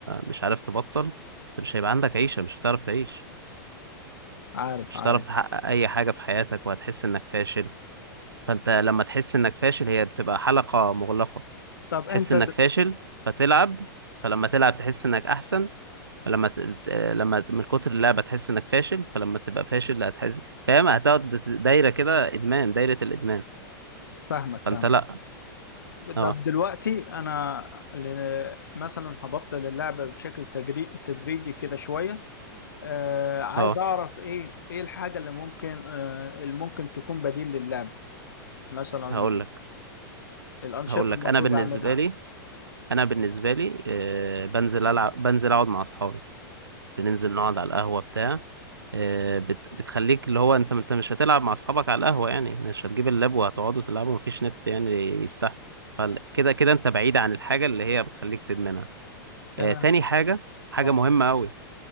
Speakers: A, on the right; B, on the left.
A: مش عارف تبطل انت مش هيبقى عندك عيشة مش هتعرف تعيش
B: عارف
A: مش
B: عارف
A: هتعرف تحقق اي حاجة في حياتك وهتحس انك فاشل فانت لما تحس انك فاشل هي بتبقى حلقة مغلقة
B: طب
A: تحس
B: انت
A: انك
B: د...
A: فاشل فتلعب فلما تلعب تحس انك احسن فلما ت... ت- لما ت- من كتر اللعبة تحس انك فاشل فلما تبقى فاشل لا هتحس فاهم هتقعد ت- دايرة كده ادمان دايرة الادمان
B: فاهمك فاهمك
A: فانت لا
B: طب
A: اه
B: دلوقتي انا ل... مثلا هبطل اللعبه بشكل تجري... تدريجي كده شويه آه عايز
A: اه
B: اعرف ايه ايه الحاجه اللي ممكن آه اللي ممكن تكون بديل للعبه مثلا
A: هقول لك
B: الأنشطة
A: هقول لك
B: المفروض
A: انا بالنسبة
B: أعملها
A: لي انا بالنسبه لي آه، بنزل العب بنزل اقعد مع اصحابي بننزل نقعد على القهوه بتاع آه، بت... بتخليك اللي هو انت انت مش هتلعب مع اصحابك على القهوه يعني مش هتجيب اللاب وهتقعدوا تلعبوا مفيش نت يعني يستحمل فكده كده انت بعيد عن الحاجه اللي هي بتخليك تدمنها
B: تمام
A: آه، تاني حاجه حاجه
B: أه
A: مهمه قوي